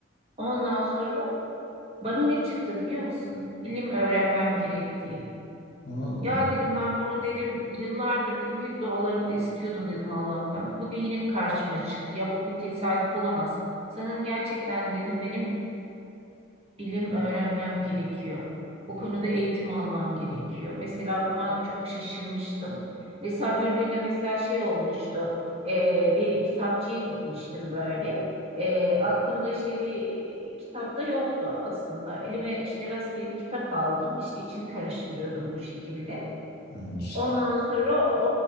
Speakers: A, on the right; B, on the left.
A: Ondan sonra bana ne çıktı biliyor musun? İlim öğrenmem gerektiği.
B: Allah Allah.
A: Ya dedim ben bunu dedim yıllardır dedim hep dualarımda istiyordum dedim Allah'tan. Bugün yine karşıma çıktı. Ya bu bu tesadüf olamaz. Sanırım gerçekten dedim benim ilim öğrenmem gerekiyor. Bu konuda eğitim almam gerekiyor. Mesela buna çok şaşırmıştım. Mesela bir günde mesela şey olmuştu. Ee, bir kitapçıya gitmiştim böyle. Ee, aklımda işte bir e, kitap da yoktu aslında. Elime işte rastgele bir kitap aldım. İşte içini karıştırıyordum bu şekilde.
B: Evet.
A: Ondan sonra o,